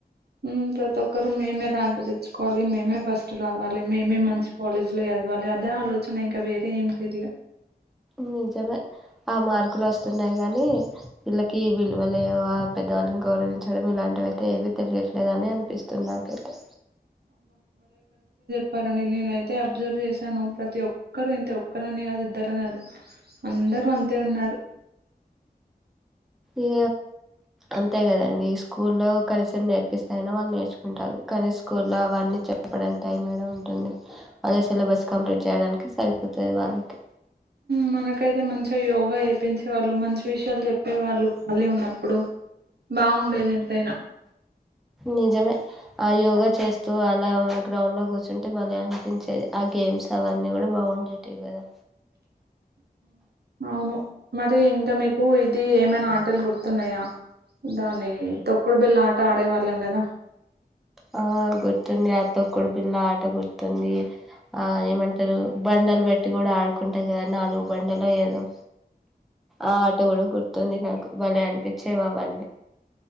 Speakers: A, on the right; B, in the centre.
A: మ్మ్ ప్రతి ఒక్కరు మేమే ర్యాంక్ తెచ్చుకోవాలి, మేమే ఫస్ట్ రావాలి, మేమే మంచి కాలేజ్ లో చదవాలి, లే అదే ఆలోచన ఇంక వేరే ఏం తెలిలే
B: నిజమే ఆ మార్కులు వస్తున్నాయి గాని, వీళ్ళకి విలువలేవా పెద్దవాళ్ళని గౌరవించడం, ఇలాంటివైతే ఏవీ తెలియట్లేదు అని అనిపిస్తుంది నాకైతే!
A: ప్పానండి నేను అయితే అబ్జర్వ్ చేశాను ప్రతి ఒ క్కరు ఇంతే ఒక్కరని కాదు ఇ అందర కాదు అందరూ అంతే ఉన్నారు
B: ఇ అంతే కదండి ఈ స్కూల్లో కనీసం నేర్పిస్తా అయినా వాళ్ళు నేర్చుకుంటారు కానీ స్కూల్లో అవన్నీ చెప్పడానికి టైం యాడ ఉంటుంది వాళ్ళ సిలబస్ కంప్లీట్ చేయడానికి సరిపోతుంది వాళ్ళకి
A: మనకైతే మంచిగా యోగ్ యోగ వేపించే వాళ్ళు మంచి విషయాలు చెప్పే వాళ్ళు ఖాళీ ఉన్నప్పుడు బాగుండేది ఎంతైనా
B: నిజమే ఆ యోగా చేస్తూ అలా గ్రౌండ్ లో కూర్చుంటే బలే అనిపించేది ఆ గేమ్స్ అవన్నీ కూడా బాగుండేటివి కదా
A: అవును మరి ఇంకా మీకు ఇది ఏమైనా ఆటలు గుర్తున్నాయా దాన్ని తొక్కుడు బిల్ళ ఆట ఆడేవాళ్ళం కదా
B: ఆ గుర్తుంది అ తొక్ తో కుడు పిల్ల ఆట గుర్తుంది ఆ ఏమంటారు బండలు పెట్టి కూడా ఆ కుంటాయ్ కదా నాలుగు బండలు ఏదో ఆ ఆట కూడా గుర్త తుంది నాకు భలే అనిపిచేవి అవన్నీ